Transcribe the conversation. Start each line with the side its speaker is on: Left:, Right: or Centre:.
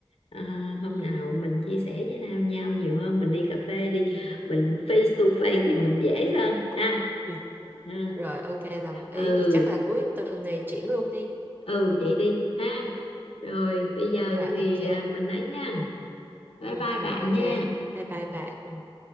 Left: à, hôm
Right: Ừ.
Left: nào mình chia sẻ với nhau nhau nhiều hơn mình đi cà phê đi
Right: Ừ.
Left: mình face to face thì mình dễ hơn ha
Right: Ừ.
Left: ừ
Right: Rồi ok đồng ý
Left: ừ,
Right: thì chắc là cuối tuần này triển luôn đi.
Left: ừ vậy đi ha rồi bây giờ
Right: Rồi
Left: thì
Right: ok.
Left: à, mình nói nha bye
Right: Ừ.
Left: bye
Right: Rồi
Left: bạn
Right: ok.
Left: nha
Right: Bye bye bạn.